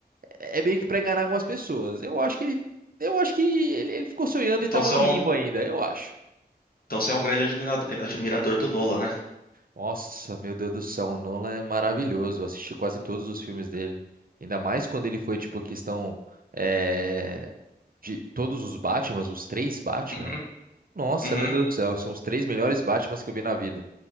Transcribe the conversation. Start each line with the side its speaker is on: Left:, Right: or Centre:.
Right: é meio que pra enganar algumas pessoas. Eu acho que eu acho que ele, ele ficou sonhando
Left: Então
Right: e tava
Left: você
Right: no
Left: é
Right: limbo
Left: um,
Right: ainda, eu acho.
Left: então você é um grande admirador, admirador do Nolan, né?
Right: Nossa, meu Deus do céu, o Nolan é maravilhoso. Eu assisti quase todos os filmes dele. Ainda mais quando ele foi, tipo, a questão é, de todos os Batmans, os três Batman.
Left: Uhum,
Right: Nossa,
Left: uhum.
Right: meu Deus do céu, são os três melhores Batmans que eu vi na vida.